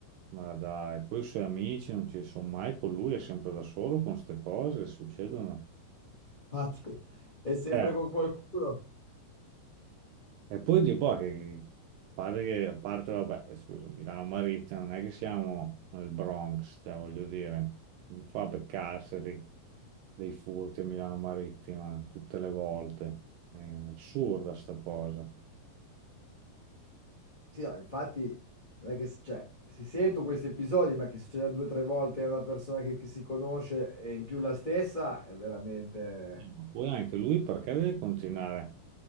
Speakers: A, on the right; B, on the left.
A: Ma dai, poi i suoi amici non ci sono mai con lui, è sempre da solo con queste cose, succedono.
B: Infatti, è sempre
A: Eh,
B: con qualcuno.
A: E poi di boh, che pare che, a parte, vabbè, scusami, la Maritza non è che siamo nel Bronx, cioè, voglio dire, non fa beccarseli dei furti a Milano Marittima tutte le volte. È assurda sta cosa.
B: Sì, no, infatti, non è che... Cioè, si sentono questi episodi, ma che succeda due o tre volte a una persona che, che si conosce e in più la stessa, è veramente...
A: Eh, Ma poi anche lui perché deve continuare